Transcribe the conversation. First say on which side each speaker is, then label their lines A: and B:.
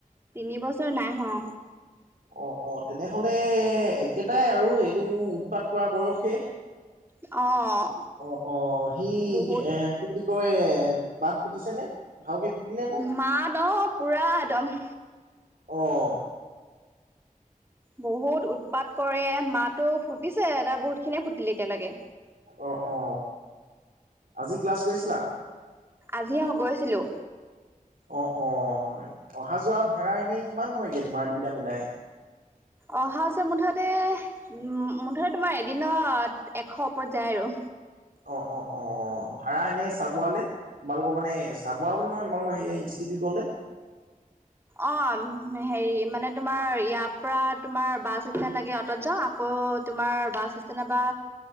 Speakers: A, on the right; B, on the right.
A: তিন বছৰ নাই হ অ
B: অ অ তেনেহলে একেটাই আৰু এইটো উৎপাত কৰা বয়সেই।
A: অ
B: অ অ সি
A: বহুত
B: এ কি বুলি কয় মাত ফুটিছে নে ভালকে। ফুটিলে নে
A: মাত ন পুৰা একদম।
B: অহ।
A: বহুত উৎপাত কৰে মাতো ফুটিছে তাৰ বহুত খিনিয়ে ফুটিলে এতিয়ালৈকে।
B: অ অ আজি ক্লাছ গৈছিলা
A: আজি অ গৈছে। আছিলো
B: অ অ অহা যোৱা ভাড়া এনেই কিমান হয়গৈ তোমাৰ দুইটা মিলাই
A: অহা যোৱা মুঠতে- মুঠতে তোমাৰ এদিনত এশ ওপৰত যায় আৰু।
B: অ অ অ অ অ ভাড়া এনে চাবোৱালে তোমালোকৰ মানে চাবোৱা বুলি নহয় তোমালোকৰ সে ইনিটিউটলে <inaudible>
A: অ হেৰি মানে তোমাৰ ইয়াৰ পৰা তোমাৰ বাছ ষ্টেণ্ড লাগে অটত যাওঁ আকৌ তোমাৰ বাছ ষ্টেণ্ড বা